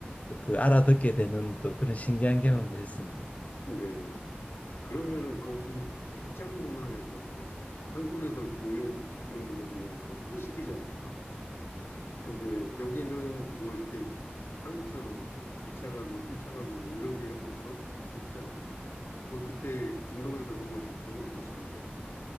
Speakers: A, on the left (about 35°); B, on the left (about 90°).
A: 그 알아듣게 되는 또 그런 신기한 경험도 했습니다.
B: 네. 그러면은 거기 직장 문화에서 한국에서 중요한 직장 문화 중에 하나가 회식이잖아요. 근데 여기는 뭐 이렇게 한국처럼 2차 가고 3차 가고 뭐 이런 게 없어 없잖아요. 거 그때 중동에서 근무하실 때는 어떠셨나요?